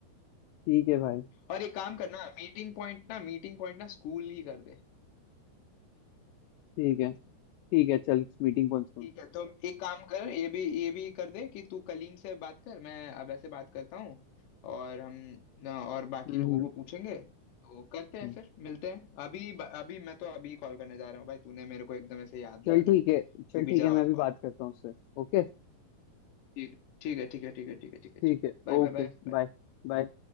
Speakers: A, on the left; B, on the left.
A: ठीक है भाई
B: और एक काम करना मीटिंग पॉइंट ना मीटिंग पॉइंट ना स्कूल ही कर दे
A: ठीक है ठीक है चल मीटिंग पहुंच गया।
B: ठीक है तो एक काम कर ये भी ये भी कर दे कि तू कलीम से बात कर मैं अब ऐसे बात करता हूँ और हम ना और बाकी
A: हम्म
B: लोगों
A: हम्म
B: को पूछेंगे तो करते हैं
A: हम्म।
B: फिर मिलते हैं अभी अभी मैं तो अभी कॉल करने जा रहा हूँ भाई तूने मेरे को एकदम ऐसे याद दिला
A: चल
B: दिया
A: ठीक है चल
B: तू भी
A: ठीक
B: जा
A: है मैं
B: और
A: अभी
B: कॉल
A: बात करता हूँ उससे ओके
B: ठीक ठीक है ठीक है ठीक है ठीक है ठीक है
A: ठीक
B: चल
A: है
B: Bye
A: Okay
B: bye bye bye.
A: bye bye